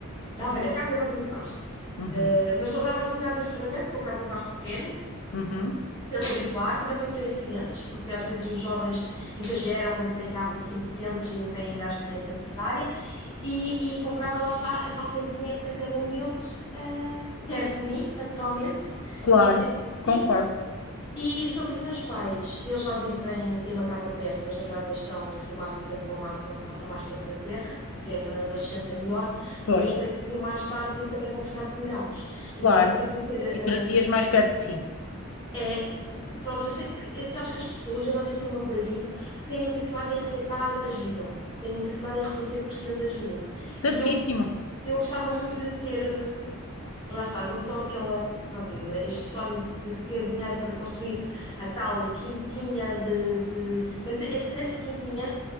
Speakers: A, on the left; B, on the left.
A: dava-lhe a carta e dava-lhe o carro.
B: Uhum,
A: Uh, mas não dava assim nada extravagante, comprava um carro pequeno
B: uhum.
A: para ele se habituar, também para não ter acidentes, porque às vezes os jovens exageram quando têm carros assim potentes e não têm ainda a experiência necessária. E, e comprava lá está a tal casinha para cada um deles, uh, perto de mim, naturalmente.
B: Claro,
A: Tinha que ser pequenininho,
B: concordo.
A: e sobre os meus pais, eles já vivem, têm uma casa perto, mas na verdade eles estão reformados e, portanto, vão, ma- estão- passam mais tempo na terra, que é também onde eles se sentem melhor,
B: Pois.
A: mas eu sei que um dia mais tarde também vão precisar de cuidados. E,
B: Claro.
A: portanto, queria ter.
B: e
A: eh,
B: trazias mais perto de ti.
A: é, pronto, eu sei que, eh, sabes que as pessoas, eu noto isso para o meu padrinho, que têm muita dificuldade em aceitar ajuda, têm muita dificuldade em reconhecer que precisam de ajuda.
B: Certíssimo.
A: E eu eu gostava muito de ter, hum, lá está, não só aquela, pronto, este sonho de ter dinheiro para construir a tal quintinha de, de- mas essa, nessa quintinha